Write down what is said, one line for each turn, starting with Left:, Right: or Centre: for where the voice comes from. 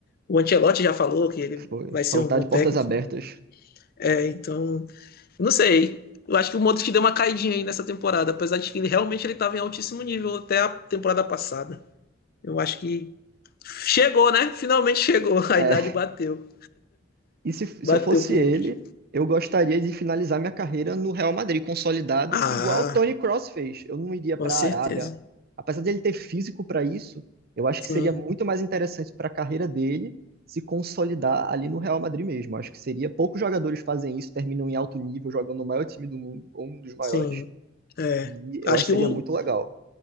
Left: O Ancelotti já falou que ele
Right: Foi.
Left: vai ser
Right: Falou
Left: um
Right: que
Left: bom
Right: tá de
Left: técnico.
Right: portas abertas.
Left: É, então, não sei. Eu acho que o Modric deu uma caidinha aí nessa temporada, apesar de que ele realmente ele estava em altíssimo nível até a temporada passada. Eu acho que chegou, né? Finalmente chegou. <laughs> A
Right: É,
Left: idade bateu.
Right: e se, se
Left: Bateu
Right: eu fosse
Left: pro
Right: ele,
Left: Modric.
Right: eu gostaria de finalizar minha carreira no Real Madrid, consolidado,
Left: Ah,
Right: igual o Toni Kroos fez. Eu não iria
Left: com
Right: para
Left: certeza.
Right: a Arábia. Apesar dele ter físico para isso, eu acho
Left: Sim,
Right: que seria muito mais interessante para a carreira dele se consolidar ali no Real Madrid mesmo. Acho que seria. Poucos jogadores fazem isso, terminam em alto nível, jogam no maior time do mundo, ou um dos maiores.
Left: sim. É.
Right: E eu
Left: Acho
Right: acho
Left: que
Right: que seria
Left: o,
Right: muito legal.